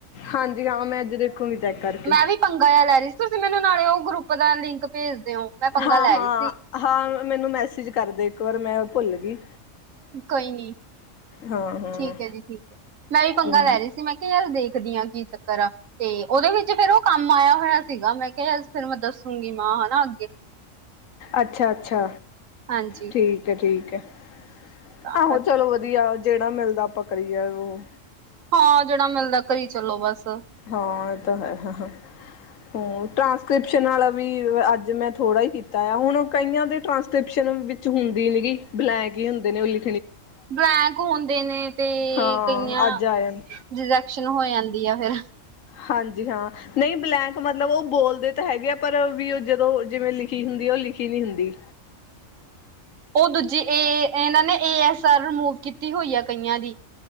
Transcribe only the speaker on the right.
ਮੈਂ ਵੀ ਪੰਗਾ ਆ ਲੈ ਰਹੀ ਸੀ ਤੁਸੀ ਮੈਨੂੰ ਨਾਲੇ ਉਹ ਗਰੁੱਪ ਦਾ ਲਿੰਕ ਭੇਜ ਦਿਓ ਮੈਂ ਪੰਗਾ
ਲੈ
ਰਹੀ ਸੀ।
ਕੋਈ ਨੀ
ਠੀਕ ਹੈ ਜੀ ਠੀਕ । ਮੈਂ ਵੀ ਪੰਗਾ
ਲੈ ਰੀ ਸੀ ਮੈਂ ਕਿਹਾ ਯਾਰ ਦੇਖਦੀ ਹਾਂ। ਕੀ ਚੱਕਰ ਆ ਤੇ ਓਦੇ ਵਿੱਚ ਫੇਰ ਉਹ ਕੰਮ ਆਇਆ ਹੋਇਆ ਸੀਗਾ ਮੈਂ ਕਿਹਾ ਫਿਰ ਮੈਂ ਦੱਸੂਗੀ ਮਾਂ ਹਨਾ ਅੱਗੇ।
ਹਾਂਜੀ
ਤਾਂ
ਕਰਕੇ
ਹਾਂ ਜੇੜਾ ਮਿਲਦਾ ਕਰੀ ਚਲੋ ਬਸ।
ਬਲੈਂਕ ਹੁੰਦੇ ਨੇ ਤੇ
ਕਈਆਂ
ਰਿਜੈਕਸ਼ਨ ਹੋਇਆ ਦੀ ਆ ਫੇਰ।
ਉਹ ਦੂਜੇ ਇਹ ਇਹਨਾਂ ਨੇ, ਏ, ਐਸ ਆਰ ਰਿਮੂਵ ਕੀਤੀ ਹੋਈ ਆ ਕਈਆਂ ਦੀ।